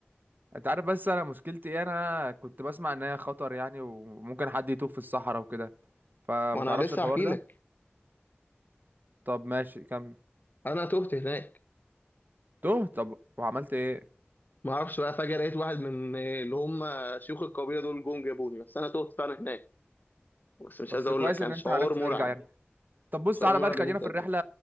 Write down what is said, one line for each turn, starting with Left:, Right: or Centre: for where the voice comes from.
Right: انت عارف بس انا مشكلتي ايه انا كنت بسمع ان هي خطر يعني وممكن حد يتوه في الصحراء وكده فما
Left: ما أنا
Right: تعرفش
Left: لسه
Right: الحوار
Left: هحكي
Right: ده
Left: لك
Right: طب ماشي كمل
Left: أنا تهت هناك
Right: توه طب وعملت ايه
Left: ما أعرفش بقى فجأة لقيت واحد من آه، اللي هم شيوخ القبيلة دول جم جابوني بس أنا تهت فعلا هناك بس مش
Right: بس
Left: عايز أقول
Right: كويس
Left: لك كان
Right: ان انت
Left: شعور
Right: عرفت
Left: مرعب
Right: ترجع يعني طب بص
Left: شعور
Right: تعالى
Left: مرعب
Right: بقى خلينا
Left: إن أنت
Right: في الرحلة